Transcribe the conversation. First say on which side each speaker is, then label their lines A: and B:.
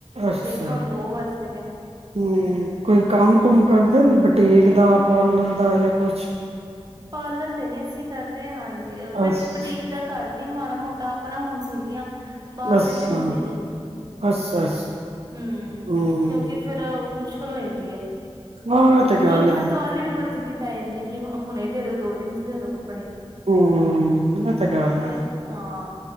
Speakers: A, on the right; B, on the right.
A: ਅੱਛਾ,
B: ਦੇਖਿਆ ਹੁਣ ਦੋ ਵੱਜਦੇ ਪਏ
A: ਹੂ ਕੋਈ ਕੰਮ
B: ਹਮ
A: ਕੁਮ ਕਰਦੇ ਬੁਟੀਕ ਦਾ ਪਾਰਲਰ ਦਾ ਜਾਂ ਖੁਛ
B: ਪਾਰਲਰ ਤੇ ਨੀ ਅਸੀਂ ਕਰਦੇ ਹਾਂਜੀ, ਬ
A: ਅੱਛਾ
B: ਬੁਟੀਕ ਦਾ ਕਰ ਮਾੜਾ ਮੋਟਾ ਆਪਣਾ ਹੁਣ ਸੀਨੀ ਆ। ਬਾਹਰ
A: ਅੱਛਾ
B: ਦੇ ਤੇ ਹੁੰਦੇ ਨੀ,
A: ਅੱਛਾ ਅੱਛਾ
B: ਹੂ
A: ਹਮ
B: ਕਿਉਂਕਿ ਫਿਰ ਮੁਸ਼ਕ <unintelligible>
A: ਹਾਂ ਇਹ ਤੇ ਗੱਲ
B: ਤੁਹਾਨੂੰ ਪਤਾ
A: ਹੈ
B: ਕਾਲਲੀ ਵੀ ਬੜੀ ਜਲਦੀ ਪੈ ਜਾਂਦੀ ਹੈ ਕਿ ਹਾਂ ਹੁਣੇ ਦੇ ਦੋ ਦੋ ਦਿਨ 'ਚ ਦੇ ਦੋ ਕੱਪੜੇ।
A: ਹਮ ਇਹ ਤੇ ਗੱਲ ਹੈ
B: ਫਿਰ ਹਾ